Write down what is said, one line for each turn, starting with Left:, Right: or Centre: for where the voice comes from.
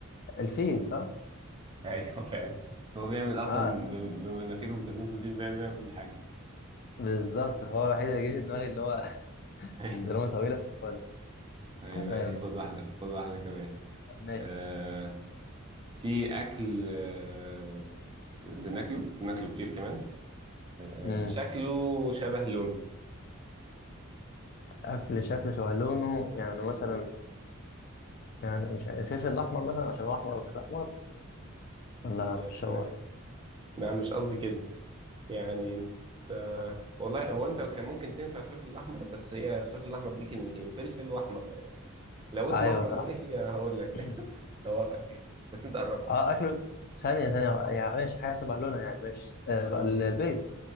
Left: الفيل صح؟
Right: ايوه فاهم هو بيعمل اصلا
Left: اه سوا
Right: ب- بمناخيره وبزلته دي بيعمل بيها كل حاجه
Left: بالظبط هو الوحيد اللي جه في دماغي اللي هو <laughs>
Right: <laughs> ايوه
Left: الزلمه طويله هو ده
Right: أيوة،
Left: تمام
Right: ماشي خد واحده خد واحده كمان
Left: طب ماشي
Right: آه، في اكل آه، بناكله بناكله كتير كمان آه،
Left: مم.
Right: شكله شبه لونه
Left: أكل شكله شبه لونه يعني
Right: مم.
Left: مثلا يعني مش عارف الفلفل الأحمر مثلا عشان هو أحمر أو فلفل أحمر ولا
Right: آه،
Left: مش هو
Right: لا مش قصدي كده يعني انت
Left: آه.
Right: والله هو انت كان ممكن تنفع الفلفل الاحمر بس هي الفلفل الاحمر دي كلمتين فلفل واحمر لو اسمه
Left: ايوه
Right: احمر
Left: صح
Right: ماشي هقول لك <laughs>
Left: <laughs>
Right: هوافقك يعني بس انت قربت
Left: اه اكله ثانيه ثانيه يعني ماشي حاجه شبه لونها يعني ماشي آه،
Right: امم
Left: ال- البيض